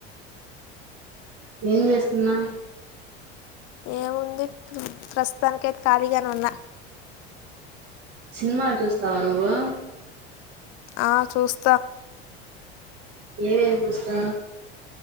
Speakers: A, on the right; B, on the left.
A: ఏం చేస్తున్నా?
B: ఏముంది ప్రస్తుతానికైతే ఖాళీగానే ఉన్నా.
A: సినిమాలు చూస్తావా నువ్వూ
B: ఆ చూస్
A: ఏవేమి చూస్తా